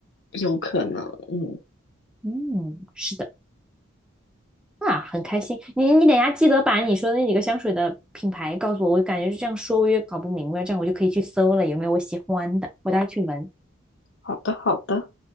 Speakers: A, on the left; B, in the centre.
A: 有可能。嗯，
B: 嗯，是的。啊，很开心。你你等一下记得把你说的那几个香水的品牌告诉我，我感觉这样说我也搞不明白，这样我就可以去搜了，有没有我喜欢的，我待会去闻。
A: 好的好的。